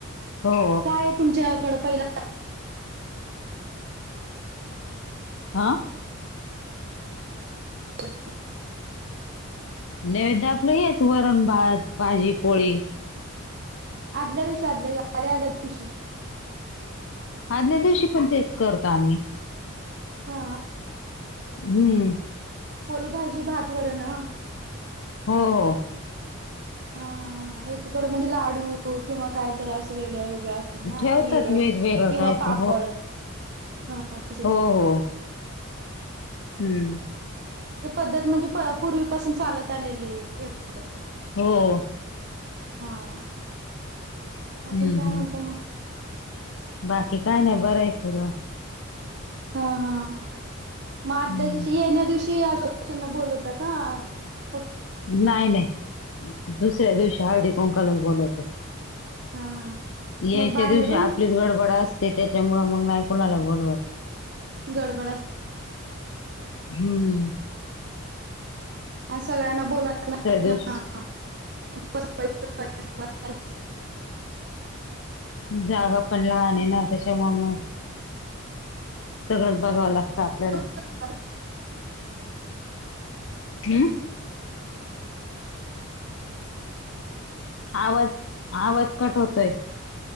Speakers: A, on the left; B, on the right.
A: हो.
B: काय तुमच्याकडं पहिला
A: हां.
B: त्याच
A: नैवेद्य आपलं हेच वरण भात भाजी पोळी.
B: आदल्या दिवशी आदल्या दिवशी, आल्या आदल्या दिवशी.
A: आदल्या दिवशी पण तेच करतो आम्ही.
B: हा
A: हम्म.
B: पोळी भाजी भात वरन आ.
A: हो हो.
B: हा हा हा, एकीकडे म्हणजे लाडू किंवा काय तर असं वेगळं वेगळं असं ना
A: ठेवतात
B: खीरं,,
A: वेगवेगळं
B: किंवा
A: काय
B: पापड,,
A: तर
B: हा तशे.
A: होऽ हम्म.
B: ते पद्धत म्हणजे पूर्वीपासून चालत आलेलीय, हे होतं.
A: हो
B: हां.
A: हम्म
B: अजून काय
A: हम्म
B: म्हणत मग?
A: बाकी काय नाही, बरंय सगळं.
B: हा हा,, म आदल्या
A: हम्म
B: दिवशी येण्या दिवशी की आजूबाजूच्यांना बोलवता का की
A: नाही नाही,, दुसऱ्या दिवशी हळदी कोंकालच बोलवते.
B: हा हा
A: येत्या
B: मग बाहेरून
A: दिवशी आपलीच गडबड आसते त्याच्यामुळं मग नाही कुणाला बोलवत.
B: गडबड आस
A: हम्म्म.
B: आ सगळ्यांना बोल <unintelligible>
A: दिवशी जागा पण लहान आहे ना, त्याच्यामुळं मग सगळंच बघावं लागतं आपल्याला.
B: <unintelligible>
A: हम्म आवाज, आवाज कट होतोय.